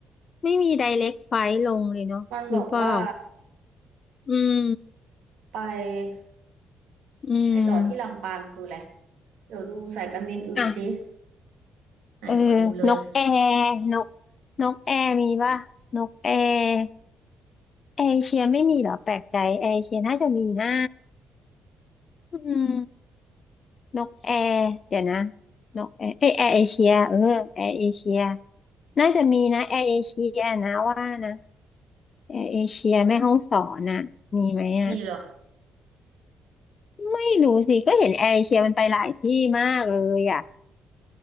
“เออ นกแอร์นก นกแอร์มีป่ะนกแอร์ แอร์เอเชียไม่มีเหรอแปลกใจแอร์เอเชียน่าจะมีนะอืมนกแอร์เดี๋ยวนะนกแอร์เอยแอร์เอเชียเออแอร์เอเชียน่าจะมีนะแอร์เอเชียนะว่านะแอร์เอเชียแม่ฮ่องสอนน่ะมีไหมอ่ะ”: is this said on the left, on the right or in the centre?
Left